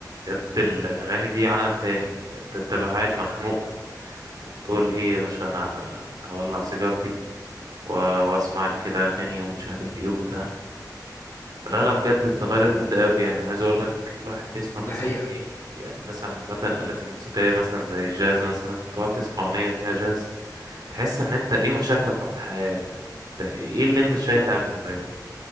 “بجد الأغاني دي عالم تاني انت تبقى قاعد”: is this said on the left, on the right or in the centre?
Right